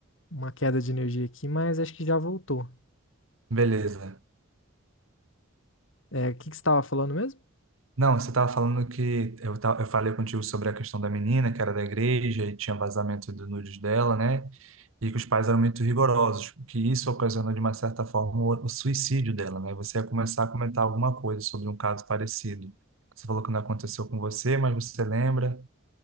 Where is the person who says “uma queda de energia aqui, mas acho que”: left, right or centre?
Left